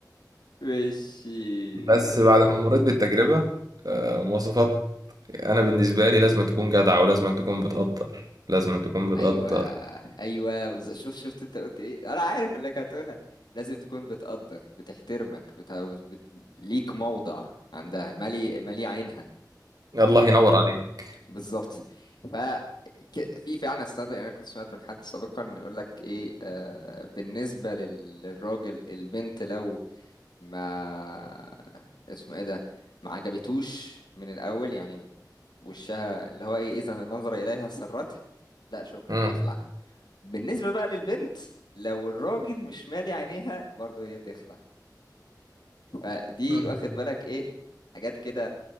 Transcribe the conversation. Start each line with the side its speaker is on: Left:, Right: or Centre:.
Left: ماشي
Right: بس بعد ما مريت بالتجربة آه، مواصفات أنا بالنسبة لي لازم تكون جدعة ولازم تكون بتقدر لازم تكون بتقدر
Left: ايوه ايوه بز- شوف شفت انت قلت ايه انا عارف انك هتقولها لازم تكون بتقدر بتحترمك بت... بت... ليك موضع عندها مالي مالي عينها
Right: الله ينور عليك
Left: بالظبط ف ك- في فعلا ستاندرد يعني انا كنت سمعت من حد سابقا يقول لك ايه آه بالنسبه لل- للراجل البنت لو ما <laughs> اسمه ايه ده ما عجبتوش من الاول يعني وشها اللي هو ايه اذا النظر اليها سرته لا شكرا
Right: مم.
Left: يخلع بالنسبه بقى للبنت لو الراجل مش مالي عينيها برضه هي تخلع فدي
Right: مم.
Left: واخد بالك ايه حاجات كده